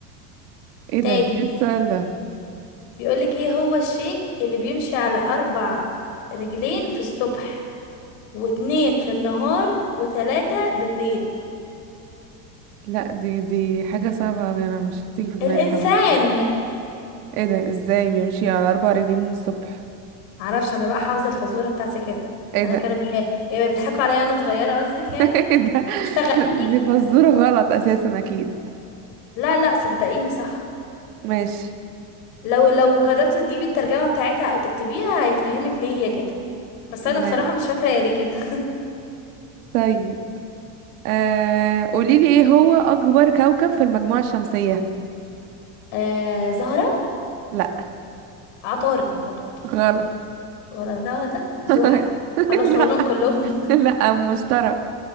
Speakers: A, on the right; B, on the left.
A: ايه
B: تاني
A: ده ايه السؤال ده
B: بيقولك ايه هو الشيء اللي بيمشي على اربع رجلين في الصبح واتنين في النهار وتلاتة بالليل
A: لا دي دي حاجة صعبة اوي انا مش هتيجي في دماغي
B: الانسان
A: طبعا ايه ده ازاي بيمشي على اربع رجلين الصبح
B: معرفش انا بقى حافظة الفزورة بتاعتي كده
A: ايه ده
B: انا كانوا بي... هي بقى بيضحكوا عليا وانا صغيرة قصدك
A: <laughs>
B: يعني
A: ايه ده
B: هم اشتغلوني
A: دي فزورة غلط اساسا اكيد
B: لا لا صدقيني صح
A: ماشي
B: لو لو جربتي تجيبي الترجمة بتاعتها او تكتبيها هيفهمك ليه هي كده بس
A: ما...
B: انا بصراحة مش فاكرة هي ليه كده
A: طيب آه... قوليلي ايه هو اكبر كوكب في المجموعة الشمسية
B: <laughs> آه زهرة
A: لا
B: عطارد عطارد
A: غلط
B: ولا ده ولا ده زحل
A: <laughs>
B: خلاص
A: لا
B: هقولهم كلهم
A: لا مشترى